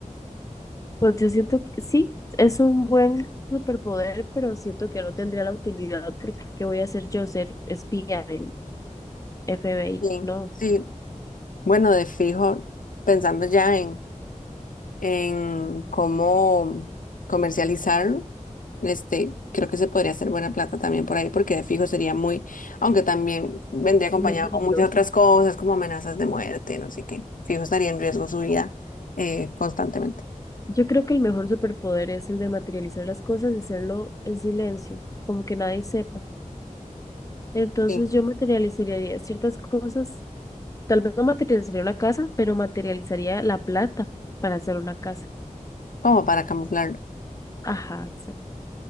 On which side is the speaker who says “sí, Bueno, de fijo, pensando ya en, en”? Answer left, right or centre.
Left